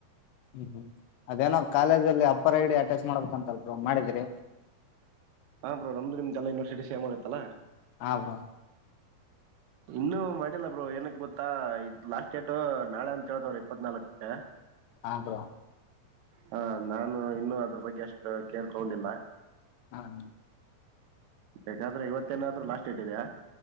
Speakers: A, on the left; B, on the right.
A: ಹ್ಮ್ ಹ್ಮ್ ಅದೇನೋ ಕಾಲೇಜ್ ಅಲ್ಲಿ ಅಪ್ಪರ್ ಐಡಿ ಸರ್ಚ ಮಾಡ್ಬೇಕಂತ ಅಲ್ ಬ್ರೋ ಮಾಡಿದ್ರಿ
B: ಹಾ ಬ್ರೋ ನಮ್ದು ನಿಮ್ದ ಎಲಾ ಯನಿವರ್ಸಟಿ ಸೇಮ್ಗುತ್ತತ್ತಲ್ಲ
A: ಹಾ ಬ್ರೋ
B: ಇನ್ನುೂ ಮಾಡಿಲ್ಲ ಬ್ರೋ ಏನಕ್ ಗೊತ್ತಾ ಇದ್ ಲಾಸ್ಟ್ ಡೇಟ್ ನಾಳೆ ಅಂತ ಹೇಳತವ್ರರು ಇಪ್ಪತ್ ನಾಲ್ಕಕೆ
A: ಹಾ ಬ್ರೋ <unintelligible>
B: ಹ ನಾನು ಇನ್ನು ಅದ್ರ ಬಗ್ಗೆ ಅಷ್ಟು ಕೇರ್ ತಗೊಂಡಿಲ್ಲ
A: ಹಾ ಹ
B: ಬಾೇಕಾದ್ರೆ ಇವತ್ತೇನಾದ್ರು ಲಾಸ್ಟ್ ಡೇಟ್ ಇದೆಯಾ